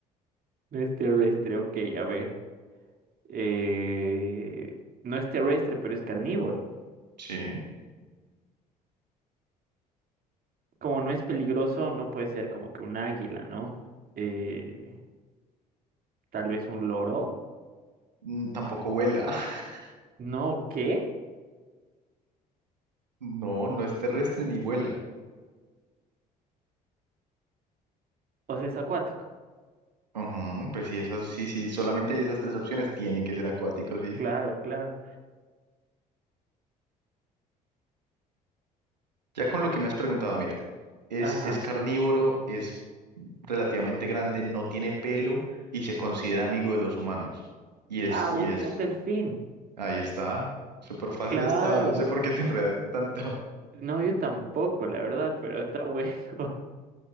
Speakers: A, on the right; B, on the right.
A: no es terrestre, ok, a ver. Eh, no es terrestre, pero es carnívoro.
B: Sí.
A: Como no es peligroso, no puede ser como que un águila, ¿no? Eh, tal vez un loro.
B: Mm, Tampoco vuela. <laughs>
A: No, ¿qué?
B: No, no es terrestre ni vuela.
A: O sea, es acuático.
B: Ujú, pues sí, esas, sí, sí, solamente hay esas tres opciones. Tiene que ser acuático, sí.
A: Claro, claro.
B: Ya con lo que me has preguntado, mira, es,
A: Ajá.
B: es carnívoro, es relativamente grande, no tiene pelo y se considera amigo de los humanos. Y es,
A: Ah,
B: y
A: un,
B: es,
A: un delfín.
B: ahí está. Súper fácil
A: Claro.
B: estaba, no sé por qué te enredaste tanto.
A: No, yo tampoco, la verdad, pero está bueno. <laughs>